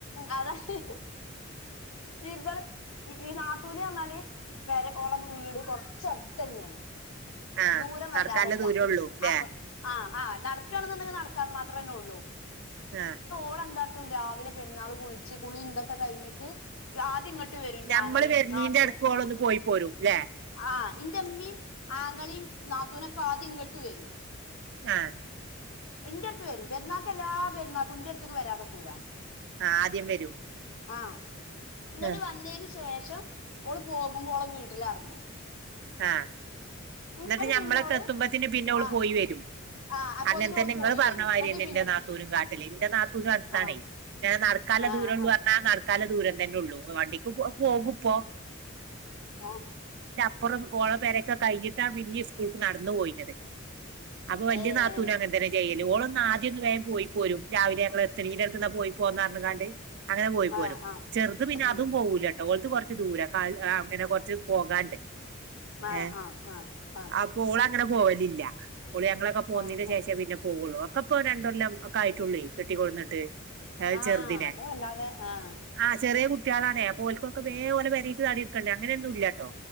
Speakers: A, on the left (about 85°); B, on the right (about 55°).
A: അത ഇ ഇമ്പൾ നാത്തുൻ നാത്തൂൻവന്നാല് പോര വീട് കൊറച്ചടുത്ത് തന്നെയാണ്
B: ആഹ്
A: ദൂരമല്ലതല്ല
B: നടക്കാല്ല ദൂരൊള്ളൂ ല്ലേ
A: അപ്പൊ ആ ആ നടന്ന് നടക്കാന്നുണ്ടെങ്കിൽ നടക്കാൻ മാത്രമേ ഉള്ളൂ
B: ആ
A: ഇപ്പോെള് എന്താ അടുംരാവിലെ പെരുന്നാൾ കുളിച്ച് കുളി ഇന്തൊക്കെ കഴിഞ്ഞിട്ട് ആദ്യ ഇങ്ങോട്ട് ഇങ്ങട്‌വരും എന്റെആങ്ങളിം
B: ഞമ്മള് വരുന്നീന്റെ
A: നാത്തു
B: എടക്ക്
A: നു
B: ഓളൊന്ന് പോയി പോരും ല്ലേ
A: ആ എന്റെ ഇമ്മീയും ആങ്ങളിയും നാത്തൂനൊക്കെ ആദ്യം ഇങ്ങോട്ട് വരും
B: ആ
A: ഇന്റെറ അടുത്ത് വരും പെരുന്നാക്ക് എല്ലാ പെരുന്നാക്കും എന്റെ അടുത്തേക്ക് വരാതെ പോവുലാ
B: ആ ആദ്യം വരും
A: ആ എങ്ങട്ട്
B: ആ
A: വന്നതിന് ശേഷം ഓള് പോകുമ്പോ ഓളെ വീട്ടില ഇറങ്ങു
B: ആ
A: <inaudible>
B: എന്നിട്ട് ഞമ്മളെെ
A: ഓള്
B: എത്തുമ്പത്തിന് പിന്നെ ഓള്
A: ആഹ്
B: പോയി വരും
A: ആഹ് അപ്പോത്തിന്
B: അങ്ങനെത്തെന്നെ
A: ഓള്
B: നിങ്ങള്
A: പോയി
B: പറഞ്ഞ
A: വരും
B: മാരിതന്നെ
A: ഇങ്ങട്ട് പിന്നെ
B: എൻന്റെ നാത്തൂനും കാട്ടല് എന്റെ നാത്തൂനും അടുത്താണേ
A: ആഹ്
B: ഞാൻ നടക്കാല
A: ആഹ്
B: ദൂരള്ളു
A: ആഹ്
B: പറഞ്ഞാൽ നടക്കാല ദൂരം തന്നെ ഉള്ളൂ വണ്ടിക്ക് പോകുമപ്പോ
A: ആഹ്
B: അപ്പ റെ ഓള പേരൊക്ക കഴിഞ്ഞിട്ട് അണ് പിന്നെ നടന്നന്ന് പോയിത് അപ്പൊ വലിയ
A: ഏഹ്
B: നാത്തൂന അങ്ങന തന്നെ ചെയ്യല്ല ഓള് ആദ്യം ഒന്ന് പോയിപോരും രാവിലെ ഞങ്ങൾ എത്തി നെന്റ മുന്നോ പോയി പേര് പറഞ്ഞുകാണ്ട് അങ്ങനെ പോയി പോരും
A: ആഹ് ആഹ്
B: ചെറുത് പിന്നെ
A: ഉം
B: അതും പോവുലട്ടോ ഓലത്ത് കുറച്ച് ദൂര അങ്ങനെ കൊറച്ച് പോകാണ്ട്
A: ആഹ്
B: ഏ
A: ആഹ് ആഹ് ആഹ്
B: അപ്പൊ ഓള് അങ്ങനെ പോകലില്ല ഓൾ ഞങ്ങളൊക്കെ പോന്നീന്
A: ആഹ് ഉം
B: ശേഷേ പിന്നെ പോവുള്ളൂ ഓള് ഇപ്പോരണ്ടല്ലം ഒക്കെ ആയിട്ടുള്ളി കെട്ടിക്കൊടന്നിട്ട് അത്
A: ആഹ്
B: ചെറുദിനെ
A: അപ്പൊ വല്ലാതെ ആഹ്
B: ആഹ ചെറിയ കുട്ടി കുട്ടിളാണേ ആ ഓല്ക്കൊക്കെ വേ പോരക്ക് തടിയിക്കണ്ടേ അങ്ങനൊ ഒന്നുമല്ലാട്ടോ